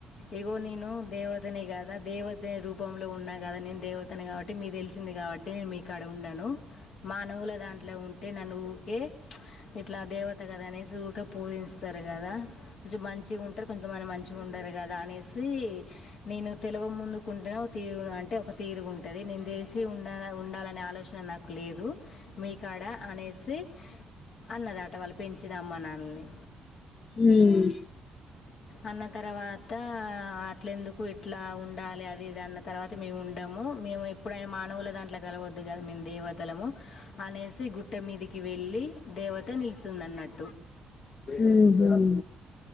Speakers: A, on the left; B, on the left.
A: ఏగో నేను దేవతనే కదా దేవతని రూపంలో ఉన్నా కదా నేను దేవతని కాబట్టి మీ తెలిసింది కాబట్టి నేను మీ కాడ ఉండను మానవుల దాంట్లో ఉంటే నన్నూ ఊకే ఇట్లా దేవత కద అనేసి వర్క్ పూజిస్తారు కదా జబ్ మంచిగ ఉంటారు, కొంతమంది మంచిగా ఉండరు కదా అనేసి నేను తెలువ ముందుకుంటే తీరు అంటే ఒక తీరుగుంటది నేను తెలిసి ఉన్ ఉండాలనే ఆలోచన నాకు లేదు మీకాడ అనేసి అన్నది ఆట వాళ్ళు పెంచినా అమ్మన్నా అన్ని
B: హుమ్
A: అన్న క్ తర్వాత ఇట్ల ఎందుకు ఇట్లా ఉండాలి అది ఇది అన్న తర్వాత మేము ఉండము, మేము ఎప్పుడైనా మానవులు దాంట్లో కలవద్దు కదా మేము దేవ తలము అనేసి గుట్ట మీదకి వెళ్ళి దేవత నిలుసుంది అన్నట్
B: హూ హమ్